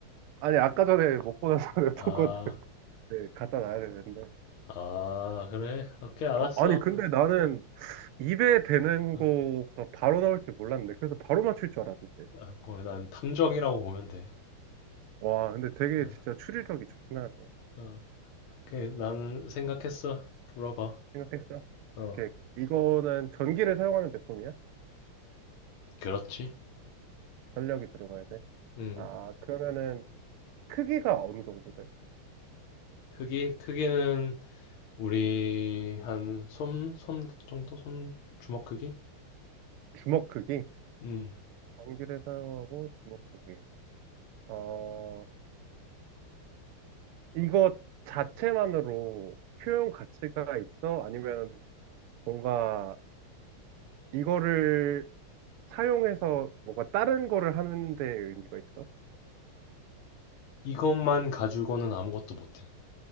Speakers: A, on the right (about 80°); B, on the left (about 75°).
A: 아니, 아까 전에 먹고 나서 <laughs>
B: 아,
A: 냅뒀거든. 네, 갖다 놔야 되는데.
B: 아, 그래? 오케이, 알았어.
A: 아, 니 근데 나는 입에 대는
B: 어,
A: 거가 바로 나올 줄 몰랐는데. 그래서 바로 맞출 줄 알았는데.
B: 어, 거의 난 탐정이라고 보면 돼.
A: 와, 근데 되게
B: 어,
A: 진짜 추리력이 좋긴 하네.
B: 어, 오케이, 나는 생각했어. 물어봐.
A: 생각했어?
B: 어,
A: 오케이. 이거는 전기를 사용하는 제품이야?
B: 그렇지.
A: 전력이 들어가야 돼?
B: 음,
A: 아, 그러면은 크기가 어느 정도 돼?
B: 크기, 크기는 우리 한 손, 손 정도? 손 주먹 크기?
A: 주먹 크기?
B: 음.
A: 전기를 사용하고 주먹 크기. 어, 이거 자체만으로 효용 가치가 있어? 아니면 뭔가 이거를 사용해서 뭔가 다른 거를 하는 데 의미가 있어?
B: 이것만 가지고는 아무것도 못해.